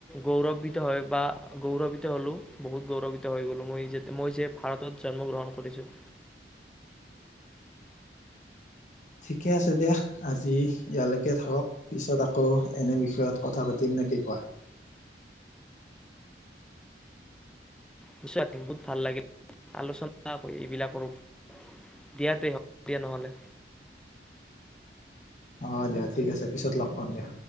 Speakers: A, in the centre; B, on the left.
A: গৌৰবিত্ত হয় বা গৌৰবিত্ত হ'লেও বহুত গৌৰব ত' হৈ গ'লো মই যে মই যে ভাৰতত জন্মগ্ৰহণ কৰিছোঁ।
B: ঠিকে আছে দিয়া, আজি ইয়ালৈকে থাকক। পিছত আকৌ এনে বিষয়ত কথা পাতিম নে কি কোৱা।
A: নিশ্চয় বহুত ভাল লাগে, আলোচনা কৰি এইবিলাকৰ উপ দিয়া তে, হ'ব দিয়া নহ'লে।
B: অ দিয়া ঠিক আছে পিছত লগ পাম দিয়া।